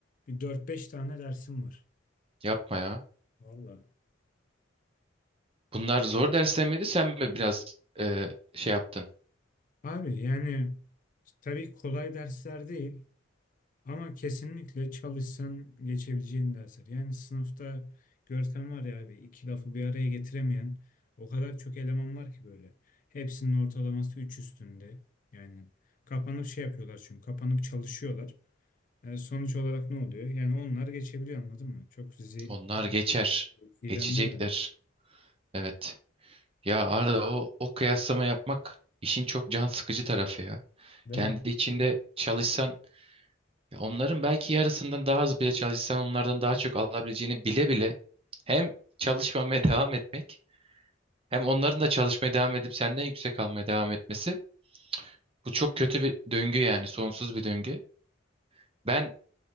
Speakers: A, on the left; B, on the right.
A: bir dört beş tane dersim var.
B: Yapma ya.
A: Valla.
B: Bunlar zor dersler miydi? Sen mi biraz e, şey yaptın?
A: Abi yani tabii kolay dersler değil. Ama kesinlikle çalışsan geçebileceğin dersler. Yani sınıfta görsen var ya abi iki lafı bir araya getiremeyen o kadar çok eleman var ki böyle. Hepsinin ortalaması 3 üstünde. Yani kapanıp şey yapıyorlar çünkü kapanıp çalışıyorlar. E, sonuç olarak ne oluyor? Yani onlar geçebiliyor anladın mı? Çok sizi
B: Onlar geçer.
A: yani, iyiden
B: Geçecekler.
A: değil hani.
B: Evet. Ya Arda o, o kıyaslama yapmak işin çok can sıkıcı tarafı ya.
A: Değil
B: Kendi
A: mi?
B: içinde çalışsan ya onların belki yarısından daha az bile çalışsan onlardan daha çok alabileceğini bile bile hem çalışmamaya devam etmek hem onların da çalışmaya devam edip senden yüksek almaya devam etmesi bu çok kötü bir döngü yani sonsuz bir döngü. Ben